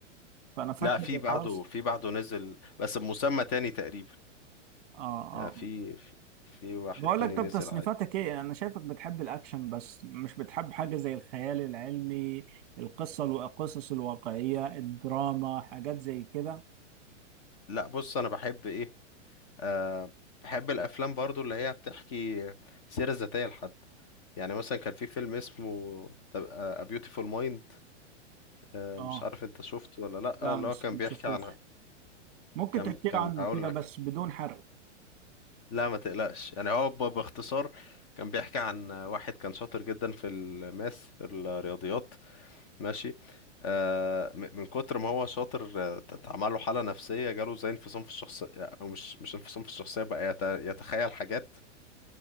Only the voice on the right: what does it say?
فانا فاكر
خلاص
اه
اه
بقول
لك طب
تصنيفاتك
ايه انا شايفك بتحب الاكشن بس مش بتحب حاجه زي الخيال العلمي القصه القصص الواقعيه الدراما حاجات زي كده
اه
لا
مش
مشفتوش
ممكن
تحكي
لي عنه
كده
بس بدون حرق